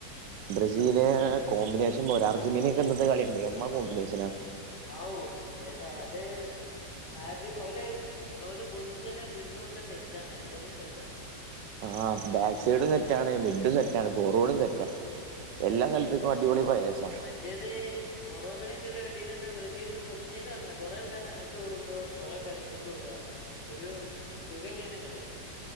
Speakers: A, on the right; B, on the left.
A: ബ്രസീല് കോമ്പിനേഷൻ പോരാ അർജന്റീനെക്കെ ഇന്നത്തെ കളി കണ്ടീനാ എമ്മാ കോമ്പിനേഷനാ.
B: ഔ ഏതാ അത് ഹാട്രി ഓല് ഓല് പൊസിഷനും വിങ്ങും ഒക്കെ സെറ്റആണ് എല്ലതും സെറ്റാണ്.
A: ആഹ് ബാക്ക് സൈഡും സെറ്റാണ് മിഡും സെറ്റാണ് ഫോർവേർഡും സെറ്റാ.
B: ഉം
A: എല്ലാ സ്ഥലത്കും അടിപൊളി പ്രയേഴ്സ.
B: മറ്റേത് മൊറോക്കനെറ്റ്ള്ള കളില് എന്താബ്രാസീലിന് പൊസിഷൻ പറഞ്ഞാ കുറെ ആക്കാർ അങ്ങട്ട് വിഓടുമ്പോ കൊറെ ആൾക്കാർ ഇങ്ങട്ട് ഓട ഒരു സുകല്യന കളി